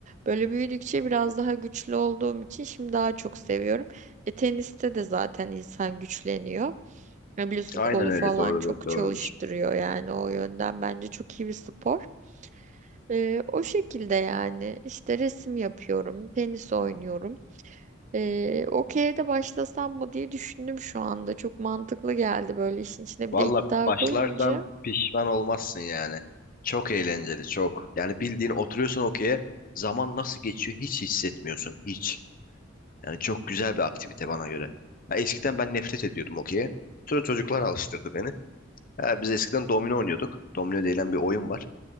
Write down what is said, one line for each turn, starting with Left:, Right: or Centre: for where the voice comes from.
Right: böyle büyüdükçe biraz daha güçlü olduğum için şimdi daha çok seviyorum. E, teniste de zaten insan güçleniyor. Ya biliyorsun
Left: Aynen
Right: kolu
Left: öyle
Right: falan
Left: doğrudur
Right: çok çalıştırıyor
Left: doğrudur.
Right: yani o yönden bence çok iyi bir spor. Ee, o şekilde yani işte resim yapıyorum, tenis oynuyorum. Ee, okey'e de başlasam mı diye düşündüm şu anda. Çok mantıklı geldi böyle işin içine
Left: Valla
Right: bir de iddia
Left: başlarsan
Right: koyunca.
Left: pişman olmazsın yani. Çok eğlenceli, çok. Yani bildiğin oturuyorsun okey'e zaman nasıl geçiyor hiç hissetmiyorsun, hiç. Yani çok güzel bir aktivite bana göre. Ya eskiden ben nefret ediyordum okey'e. Sonra çocuklar alıştırdı beni. Ha, biz eskiden domino oynuyorduk. Domino denilen bir oyun var.